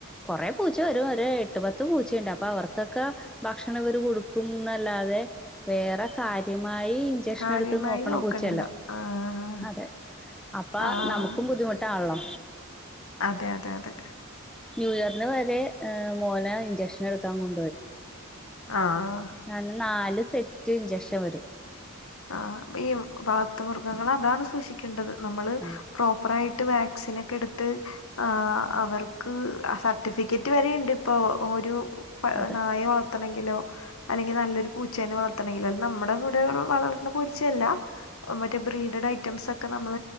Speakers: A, in the centre; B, on the left.
A: കൊറെ പൂച്ച വരും ഒര് എട്ട് പത്ത് പൂച്ചയുണ്ട് അപ്പൊ അവർക്കൊക്കെ ഭക്ഷണം അവര് കൊടുക്കുംന്നല്ലാതെ വേറെ കാ കൃത്യമായി ഇഞ്ചക്ഷൻ
B: കാര്യമായി
A: എടുത്ത് നോക്കണ
B: നോക്കണില്ല
A: പൂ ചെല
B: ആഹ്
A: അതെ അപ്പ
B: ആഹ്
A: നമുക്കും ബുദ്ധിമുട്ടാണല്ലോ
B: അതെ അതെ അതെ
A: ന്യൂയർന് വരെ ആഹ് ഉം
B: ആഹ്
A: അന്ന് നാല് സെറ്റ് ഇഞ്ചക്ഷൻ വരും
B: ആ ഈ വളർത്തുമൃഗങ്ങളതാണ് സൂക്ഷിക്കേണ്ടത് നമ്മള്
A: ആ
B: പ്രോപ്പറായി- ട്ട് വാക്സിനൊക്കെട്ത്ത് അ അവർക്ക് സർട്ടിഫിക്കറ്റ് വരെണ്ട് പ്പൊ ഒരു ഉപ്പ
A: അതെ
B: നായെ വളർ ത്തണങ്കിലോ അല്ലെങ്കിൽ നല്ലൊരു പൂച്ചേന വളർത്തണെങ്കിലോ നമ്മട കൂടെ വളർ നമ്മടെ പൂച്ച അല്ല മറ്റേ ബ്രീഡഡ് ഐറ്റംസ് ഒക്കെ നമ്മൾ